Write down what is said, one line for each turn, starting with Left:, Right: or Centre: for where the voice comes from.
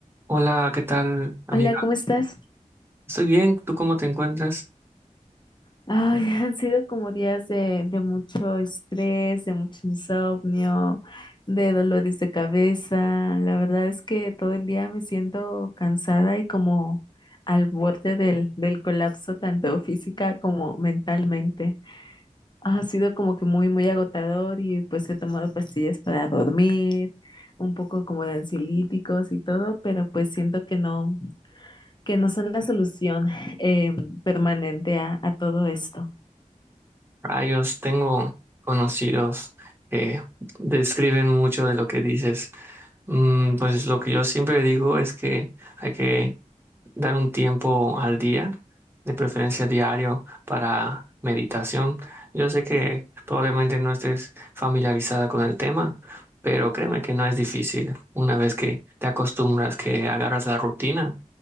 Right: Hola, ¿qué tal, amiga?
Left: Hola, ¿cómo estás?
Right: Estoy bien, ¿tú cómo te encuentras?
Left: Ay, <laughs> han sido como días de, de mucho estrés, de mucho insomnio, de dolores de cabeza. La verdad es que todo el día me siento cansada y como al borde del, del colapso, tanto física como mentalmente. Ha sido como que muy, muy agotador y pues he tomado pastillas para dormir, un poco como de ansiolíticos y todo, pero pues siento que no. que no son la solución eh, permanente a, a todo esto.
Right: Rayos, tengo conocidos que describen mucho de lo que dices. Mm, pues lo que yo siempre digo es que hay que dar un tiempo al día, de preferencia diario, para meditación. Yo sé que probablemente no estés familiarizada con el tema, pero créeme que no es difícil una vez que te acostumbras, que agarras la rutina.